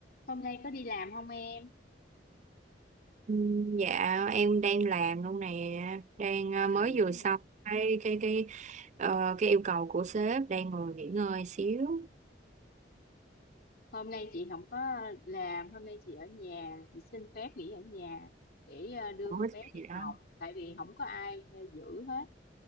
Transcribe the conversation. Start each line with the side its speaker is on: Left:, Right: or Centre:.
Left: Hôm nay có đi làm không em?
Right: Ừ, Dạ em đang làm luôn nè đang ờ, mới
Left: À vậy
Right: vừa xong
Left: hả?
Right: cái cái cái ờ, cái yêu cầu của sếp đang ngồi nghỉ ngơi xíu
Left: Hôm nay chị không có làm, hôm nay chị ở nhà, chị xin phép nghỉ ở nhà để ờ, đưa
Right: Ủa
Left: bé đi
Right: gì đó
Left: học, tại vì không có ai ờ, giữ hết,